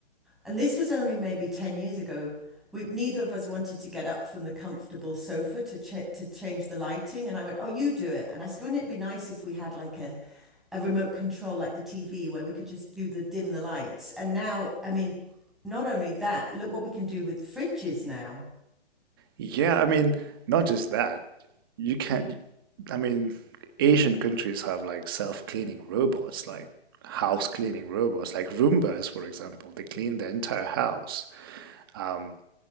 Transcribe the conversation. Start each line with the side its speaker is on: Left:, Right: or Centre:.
Centre: and this was only maybe 10 years ago. We, neither of us wanted to get up from the comfortable sofa to ch- to change the lighting. And I went, Oh, you do it. And I said, Wouldn't it be nice if we had like a, a remote control like the TV where we could just do the dim the lights? And now, I mean, not only that, look what we can do with fridges now.
Right: Yeah, I mean, not just that. You can, not I mean, Asian countries have like self-cleaning robots, like house cleaning robots, like Roombas, for example. They clean the entire house. Um,